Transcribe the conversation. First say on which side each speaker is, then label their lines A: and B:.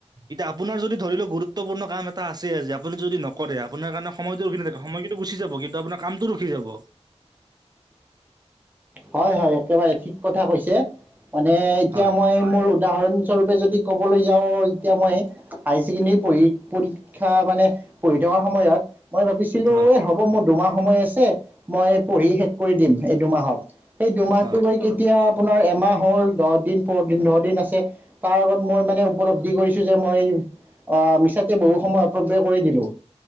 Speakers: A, on the right (about 35°); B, on the right (about 15°).
A: এতিয়া আপোনাৰ যদি ধৰি লও গুৰুত্বপূৰ্ণ কাম এটা আছে। আজি আপুনি যদি নকৰে আপোনাৰ কাৰণে সময়টো ৰখি নি সময় কিন্তু গুচি যাব কিন্তু আপোনাৰ কামতটো ৰখি যাব।
B: হয়, হয় একেবাৰে ঠিক কথা কৈছে, মানে এতিয়া
A: হয়
B: মই মোৰ উদাহৰণ স্বৰূপে যদি ক'বলৈ যাওঁ যেতিয়া মই হায় ছেকেণ্ডৰী পঢ়ি, পঢ়ি শিক্ষা মানে পঢ়ি থকা সময়ত মই ভাবিছিলো
A: হয়
B: এ হ'ব মোৰ দুমাহ সময় আছে। মই পঢ়ি শেষ কৰি দিম। এই দুমাহত সেই দুমাহটো
A: হয়
B: গৈ কি এতিয়া আপোনাৰ এমাহ হ'ল দহ দিন পৰ দিন দহ ন দিন আছে। তাৰ আগত মই মানে উপলব্ধি কৰিছো যে মই আহ, মিছাতে বহু সময় অপব্যয় কৰি দিলো